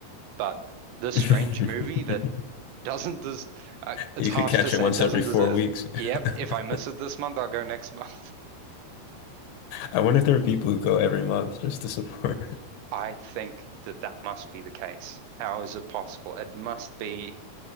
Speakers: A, on the right; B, on the left.
A: but this
B: <laughs>
A: strange movie that doesn't des uh, it's
B: You
A: harsh
B: could catch
A: to say
B: it once
A: it doesn't
B: every four
A: deserve
B: weeks.
A: yep
B: <laughs>
A: if i miss it this month i'll go next month
B: I wonder if there are people who go every month just to support.
A: <laughs> i think that that must be the case how is it possible it must be